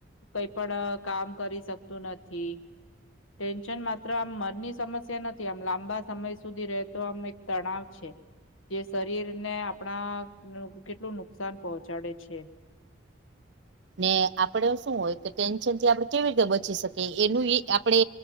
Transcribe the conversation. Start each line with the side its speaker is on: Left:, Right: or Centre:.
Left: કઈ પણ કામ કરી શકતું નથી ટેન્શન માત્ર આમ મનની સમસ્યા નથી આમ લાંબા સમય સુધી રહેતો આમ એક તણાવ છે જે શરીર ને આપણા કેટલું નુકસાન પહોંચાડે છે.
Right: ને આપડ શું હોય કે ટેન્શન થી આપણે કેવી રીતે બચી શકીએ એનું આપણે